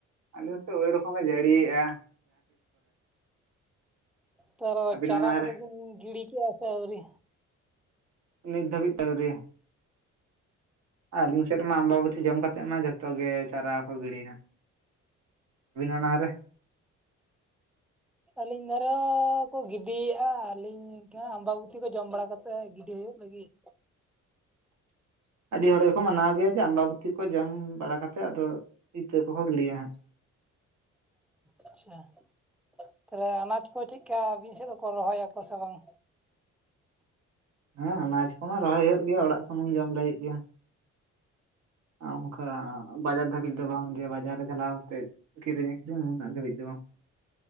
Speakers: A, on the right (about 60°); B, in the centre.
A: ᱟᱞᱮ ᱥᱮᱜ ᱳᱭ ᱨᱚᱠᱚᱢ ᱮ ᱡᱟᱲᱤ ᱮᱜ-ᱟ
B: <unintelligible>
A: ᱟᱹᱵᱤᱱ
B: ᱪᱟᱨᱟ
A: ᱚᱱᱟ
B: ᱠᱚᱫᱚ
A: ᱨᱮ
B: ᱵᱤᱱ ᱜᱤᱲᱤ ᱠᱮᱜᱼᱟ ᱥᱮ ᱟᱣᱨᱤ
A: ᱱᱤᱛ ᱫᱷᱟᱵᱤᱡ ᱛᱮ ᱟᱣᱨᱤ ᱟᱹᱞᱤᱧ ᱥᱮᱫ ᱢᱟ ᱟᱵᱟᱵᱚᱛᱤ ᱡᱚᱢ ᱠᱟᱛᱮᱜ ᱢᱟ ᱡᱚᱛᱚ ᱜᱮ ᱪᱟᱨᱟ ᱠᱚ ᱜᱤᱲᱤᱭᱟ <unintelligible> ᱚᱱᱟ ᱨᱮ
B: ᱟᱹᱞᱤᱧ <unintelligible>
A: <unintelligible>
B: ᱠᱚ ᱜᱤᱰᱤ ᱭᱟᱜᱼᱟ ᱟᱹᱞᱤᱧ ᱟᱵᱟᱵᱚᱛᱤ ᱠᱚ ᱡᱚᱢ ᱵᱟᱲᱟ ᱠᱟᱛᱮᱜ ᱜᱤᱰᱤ ᱦᱳᱭᱳᱜ ᱞᱟᱹᱜᱤᱜ
A: <unintelligible> ᱟᱹᱰᱤ ᱦᱚᱲ ᱜᱮᱠᱚ ᱢᱟᱱᱟᱣ ᱜᱮᱭᱟ <unintelligible> ᱡᱚᱢ ᱵᱟᱲᱟ ᱠᱟᱛᱮᱜ ᱟᱫᱚ ᱤᱛᱟᱹ ᱠᱚᱦᱚᱸ ᱜᱤᱲᱤᱭᱟ ᱦᱟᱜ
B: ᱟᱪᱪᱷᱟ ᱛᱟᱦᱞᱮ ᱟᱱᱟᱡ ᱠᱚ ᱪᱮᱜ ᱠᱟ ᱟᱵᱤᱱ ᱥᱮᱫ ᱫᱚᱠᱚ ᱨᱚᱦᱚᱭ ᱟᱠᱚ ᱥᱮ ᱵᱟᱝ
A: ᱦᱮᱸ ᱟᱱᱟᱪ ᱠᱚᱢᱟ ᱨᱚᱦᱚᱭ ᱦᱳᱭᱳᱜ ᱜᱮᱭᱟ ᱚᱲᱟᱜ ᱥᱩᱢᱩᱝ ᱡᱚᱢ ᱞᱟᱹᱜᱤᱫ ᱜᱮ ᱚᱝᱠᱟ ᱵᱟᱡᱟᱨ ᱫᱷᱟᱵᱤᱡ ᱫᱚ ᱵᱟᱝ ᱡᱮ ᱵᱟᱡᱟᱨ ᱨᱮ ᱪᱟᱞᱟᱣ <unintelligible> ᱛᱮᱜ ᱠᱤᱨᱤᱧ ᱟᱠᱷᱨᱤᱧ ᱩᱱᱟᱹᱜ ᱫᱷᱟᱹᱵᱤᱡ ᱫᱚ ᱵᱟ